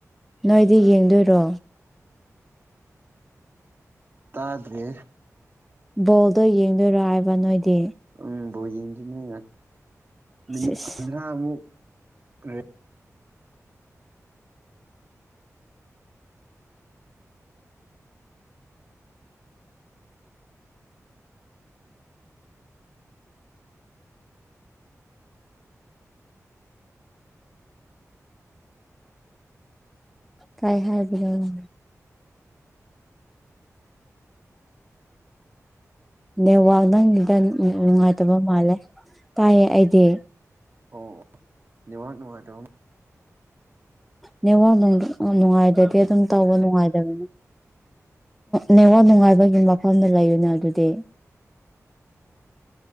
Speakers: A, in the centre; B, on the right.
A: ꯅꯣꯏꯗꯤ ꯌꯦꯡꯗꯣꯏꯔꯣ
B: ꯇꯗ꯭ꯔꯦ
A: ꯕꯣꯜꯗꯣ ꯌꯦꯡꯗꯣꯏꯔꯣ ꯍꯥꯏꯕ ꯅꯣꯏꯗꯤ
B: ꯎꯝꯕꯣ ꯌꯦꯡꯁꯤꯅꯦ ꯉꯥꯛ ꯃꯤꯅꯤꯠ
A: ꯁꯤꯁ
B: ꯀꯨꯟꯊ꯭ꯔꯥꯃꯨꯛ ꯑ
A: ꯀꯥꯏ ꯍꯥꯏꯗꯅꯣ ꯅꯦ ꯋꯥꯥꯛ ꯅꯪꯒꯤꯗ
B: ꯍꯜꯂꯣ
A: ꯅꯨꯡꯉꯥꯏꯇꯕ ꯃꯥꯜꯂꯦ ꯇꯥꯏꯌꯦ ꯑꯩꯗꯤ
B: ꯑꯣ ꯑꯣ ꯕꯥꯛ ꯅꯨꯡꯉꯥꯏꯇꯕ
A: ꯅ ꯋꯥ ꯅꯨꯡꯉꯥꯏꯖꯗꯤ
B: ꯑꯗꯨꯒꯤꯅꯤꯅꯦ
A: ꯑꯗꯨꯝ ꯇꯧꯕ ꯅꯨꯡꯉꯥꯏꯇꯕꯅꯦ ꯅꯦꯋꯥꯜ ꯅꯨꯡꯉꯥꯏꯕꯒꯤ ꯃꯐꯝꯗ ꯂꯩꯌꯅꯦ ꯑꯗꯨꯗꯤ